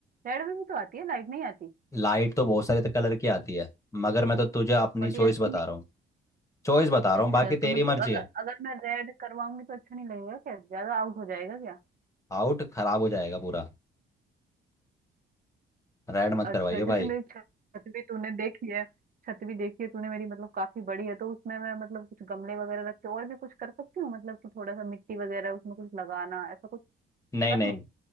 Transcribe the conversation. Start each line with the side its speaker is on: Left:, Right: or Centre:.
Right: रेड में भी तो आती है लाइट नहीं आती
Left: लाइट तो बहुत सारे तो कलर की आती है मगर मैं तो तुझे अपनी
Right: बट
Left: चॉइस
Right: ये अच्छी
Left: बता
Right: नहीं
Left: रहा हूँ चॉइस बता
Right: अच्छा
Left: रहा हूँ बाकी
Right: तो
Left: तेरी
Right: मतलब
Left: मर्जी
Right: अगर
Left: है
Right: अगर मैं रेड करवाऊंगी तो अच्छा नहीं लगेगा क्या ज्यादा आउट हो जाएगा क्या
Left: आउट खराब हो जाएगा पूरा रेड मत
Right: अच्छा
Left: करवाइए
Right: जैसे
Left: भाई
Right: मेरी छत भी तूने देखी है छत भी देखी है तूने मेरी मतलब काफी बड़ी है तो उसमें मैं मतलब कुछ गमले वगैरह रख के और भी कुछ कर सकती हूँ मतलब कि थोड़ा सा मिट्टी वगैरह उसमें कुछ लगाना ऐसा कुछ
Left: नहीं
Right: कर
Left: नहीं
Right: लूँ